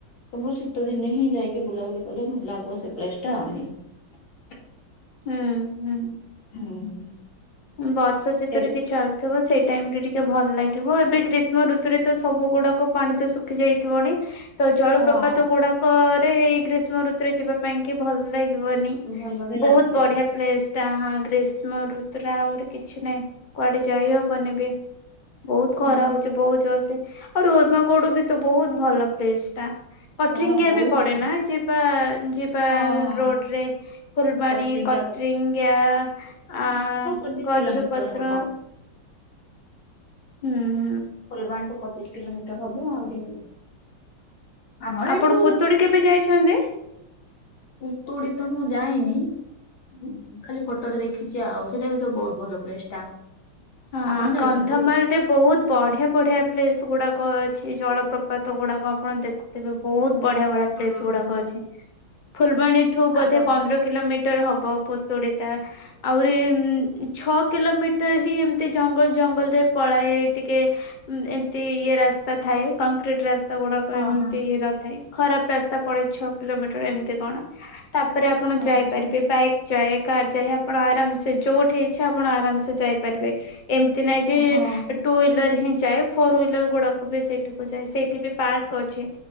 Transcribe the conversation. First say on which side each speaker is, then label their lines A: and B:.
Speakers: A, on the left; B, on the left.
A: ସବୁ ଶୀତ ଦିନେ ହିଁ ଯାଇକି ବୁଲାବୁଲି କଲେ ମ ଲାଗିବ ସେ ପ୍ଲେସ ଟା ଆ
B: ହୁଁ ହୁଁ।
A: ହଁ ହୁଁ।
B: ବର୍ଷା ଶୀତ
A: ଏବେ
B: ଟିକେ ଚାଲୁଥିବ ସେଇଠା ଟାଇମ ରେ ଟିକେ ଭଲ ଲାଗିବ ଏବେ ଗ୍ରୀଷ୍ମ ଋତୁରେ ତ ସବୁ ଗୁଡାକ ପାଣି ତ ଶୁଖି ଯାଇଥିବନି। ତ ଜଳପ୍ରପାତ
A: ହଁ
B: ଗୁଡାକ ଏଇ ଗ୍ରୀଷ୍ମ ଋତୁରେ ଯିବା ପାଇଁ କି ଭଲ ଲା ଗିବନି
A: ଭଲ ବି ଲାଗିବନି।
B: ବୋହୁତ ବଢ଼ିଆ ପ୍ଲେସ୍। ତା ଗ୍ରୀଷ୍ମ ଋ ତୁରେ ଆହୁରି କିଛି ନାଇଁ କୁଆଡ଼େ ଯାଇ ହବନି ବି। ବୋହୁତ
A: ହୁଁ
B: ଖରା ହୋଉଚି ବୋହୁତ ଜୋରସେ। ଆଉ ରୁଦମାକୋଡ଼ୁ ବି ତ ବୋହୁତ ଭଲ ପ୍ଲେସ୍ ଟା। କଟରିଙ୍ଗିଆ
A: ହଁ ବହୁତ
B: ବି ପଡ଼େ ନାଁ ଯିବା ଯିବା
A: ହଁ ହଁ
B: ରୋଡ଼ରେ।
A: ହଁ
B: ଫୁଲବାଣୀ
A: କଟରିଙ୍ଗିଆ
B: କଟ୍ରିଙ୍ଗିଆ ଆ
A: ପଚିଶ୍
B: ଗଞ୍ଜପତ୍ର
A: କିଲୋମିଟର ହବ।
B: ହୁଁ
A: ଫୁଲବାଣୀଠୁ ପଚିଶ କିଲୋମିଟର ହବ ଆହୁରି ଆମର
B: ଆପଣ
A: ଏଇଠୁ
B: ପୁତୁୁଡ଼ି କେବେ ଯାଇଛନ୍ତି?
A: ପୁତୁଡି଼ ତ ମୁଁ ଯାଇନି ଉଁ ଖାଲି ଫଟୋରେ ଦେଖିଚି ଆଉ ସେଟା ବି ତ ବୋହୁତ ଭଲ ପ୍ଲେସ୍ ଟା।
B: ହଁ
A: ଆପଣ ଯାଇଛନ୍ତି?
B: କନ୍ଧମାଳରେ ବୋହୁତ ବଢ଼ିଆ ବଢ଼ିଆ ପ୍ଲେସ୍ ଗୁଡ଼ା କ ଅଛି ଜଳପ୍ରପାତଗୁଡ଼ାକ ଆପଣ ଦେଖୁଥିବେ ବୋହୁତ ବଢ଼ିଆ ବଢ଼ିଆ
A: ହଁ
B: ପ୍ଲେସଗୁଡ଼ାକ
A: ହଁ।
B: ଅଛି ଫୁଲବାଣୀଠୁ ବୋଧେ
A: ଆପଣ
B: ପନ୍ଦର କିଲୋମି ଟର ହବ ପୁତୁଡ଼ିଟା ଆହୁରି ଛଅ କିଲୋମିଟର ହିଁ ଏମ୍ ତି ଜଙ୍ଗଲ ଜଙ୍ଗଲରେ ପଳାଏ ଟିକେ ଉଁ ଏମତି ଇଏ ରାସ୍ତା ଥାଏ କଂକ୍ରିଟ ରାସ୍ ରାସ୍ତାଗୁଡ଼ାକ
A: ହଁ
B: ଏମତି
A: ହଁ
B: ନଥାଏ। ଖରାପ ରାସ୍ତା ପଡ଼େ ଛଅ କିଲୋମିଟର ଏମତି କଣ ତା ପରେ ଆପଣ
A: ହଁ
B: ଯାଇପାରିବେ
A: ଅଛି
B: ବାଇକ୍ ଯାଏ କାର୍ ଯାଏ ଆପଣ ଆରାମସେ ଯୋଉଠି ଇଚ୍ଛା ଆପଣ ଆରାମସେ ଯାଇପାରିବେ। ଏମତି ନାଇଁ ଯେ
A: ହଁ ହଁ
B: ଟୁ ୱିଲର ହିଁ ଯାଏ ଫୋର ହ୍ୱିଲରଗୁଡ଼ାକ ବି ସେଇଠୁକୁ ଯାଏ। ସେଇଠି ବି ପାର୍କ ଅଛି।